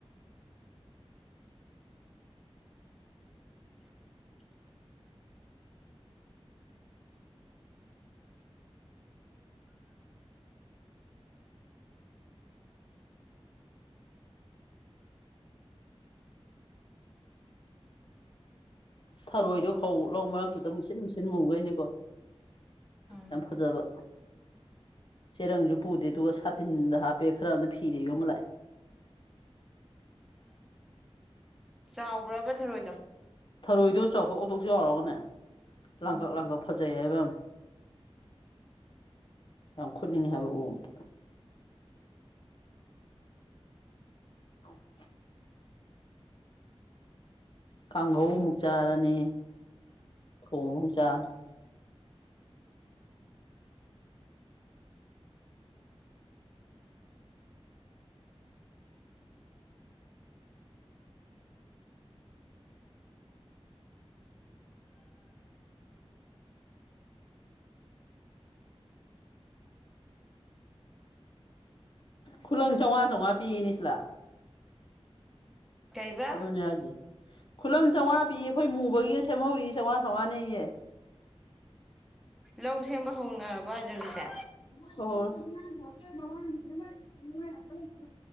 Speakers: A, in the centre; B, on the left.
A: <unintelligible>
B: ꯊꯔꯣꯏꯗꯣ ꯐꯧ ꯂꯧ ꯃꯔꯛꯇꯨꯗ ꯃꯨꯁꯤꯟ ꯃꯨꯁꯤꯟ ꯃꯨꯈꯩꯅꯤꯀꯣ
A: ꯎꯝ
B: ꯌꯥꯝ ꯐꯖꯕ ꯆꯦꯔꯪꯁꯨ ꯄꯨꯗꯦ ꯑꯗꯨꯒ ꯁꯥꯇꯤꯟꯗ ꯍꯥꯞꯄꯦ ꯈꯔꯅ ꯐꯤꯔꯦ ꯌꯣꯝꯃ ꯂꯑꯦ
A: ꯆꯥꯎꯕ꯭ꯔꯕ ꯊꯔꯣꯏꯗꯣ
B: ꯊꯔꯣꯏꯗꯣ ꯆꯥꯎꯊꯣꯛ ꯆꯥꯎꯊꯣꯛ ꯆꯥꯎꯔꯒꯅꯦ
A: ꯎꯝ
B: ꯂꯥꯡꯀꯛ ꯂꯥꯡꯀꯛ ꯐꯖꯩ ꯍꯥꯏꯕ ꯌꯥꯝ ꯌꯥꯝ ꯈꯨꯟꯅꯤꯡꯉꯤ ꯍꯥꯏꯕ ꯎꯕꯗ <unintelligible> ꯀꯥꯡꯍꯧ ꯑꯃꯨꯛ ꯆꯥꯔꯅꯤ ꯊꯣꯡꯕ ꯑꯃꯨꯛ ꯆꯥꯔꯅꯤ ꯈꯨꯂꯪ ꯆꯥꯝꯃꯉꯥ ꯆꯝꯃꯉꯥ ꯄꯤꯅꯤ ꯁꯤꯂꯥ
A: ꯀꯩꯕ
B: ꯑꯗꯨꯅꯦ ꯍꯥꯏꯁꯦ ꯈꯨꯂꯪ ꯆꯥꯝꯃꯉꯥ ꯄꯤꯌꯦ ꯑꯩꯈꯣꯏ ꯃꯨꯕꯒꯤ ꯁꯦꯝꯍꯧꯔꯤ ꯆꯥꯝꯃꯉꯥ ꯆꯥꯝꯃꯉꯥꯅꯦꯌꯦ
A: ꯂꯧ ꯁꯦꯝꯕ ꯍꯧꯅꯔꯕ ꯍꯧꯖ ꯍꯧꯁꯦ
B: <unintelligible> <inaudible> <inaudible>